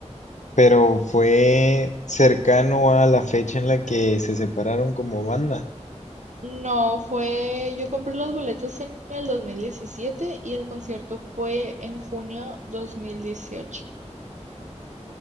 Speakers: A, on the left; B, on the right.
A: pero fue cercano a la fecha en la que se separaron como banda.
B: No, fue, yo compré los boletos en el 2017 y el concierto fue en junio 2018.